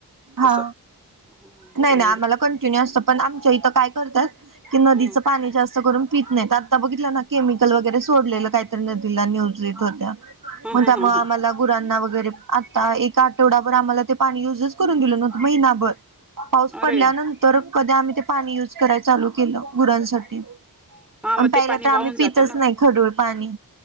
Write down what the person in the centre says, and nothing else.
असं हम्म
ते
हं
ह
ह
ह
ह
अरे
हा
मग
ते पाणी
वाहून जातं
ना